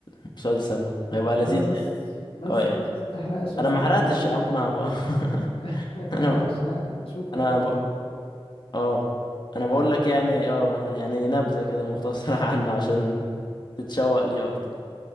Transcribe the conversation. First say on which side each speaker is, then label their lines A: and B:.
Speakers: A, on the left (about 50°); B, on the left (about 75°).
A: المسلسل هيبقى لذيذ
B: لا لا بس
A: يعني
B: بس
A: اه يعني
B: بس بس ما تحرقش يا
A: انا
B: صاحبي
A: ما حرقتش
B: لا لا
A: يا عم انا بقى
B: <laughs>
A: <laughs>
B: ما تحرقش
A: انا
B: لا اشوف انا
A: انا
B: ده
A: ب...
B: ده
A: اه انا
B: بحب
A: بقول لك
B: يصل
A: يعني
B: الحاجات
A: اه يعني
B: دي
A: نبذه كده مختصره <laughs> عنه عشان تتشوق ليه اكتر